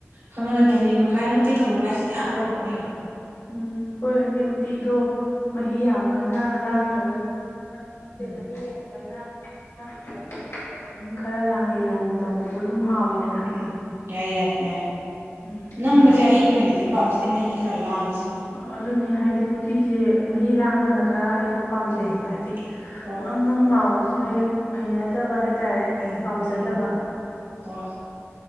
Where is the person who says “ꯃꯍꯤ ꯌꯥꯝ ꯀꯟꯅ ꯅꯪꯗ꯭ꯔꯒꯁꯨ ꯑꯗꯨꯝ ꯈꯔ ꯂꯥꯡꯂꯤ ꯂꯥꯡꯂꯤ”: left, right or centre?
Left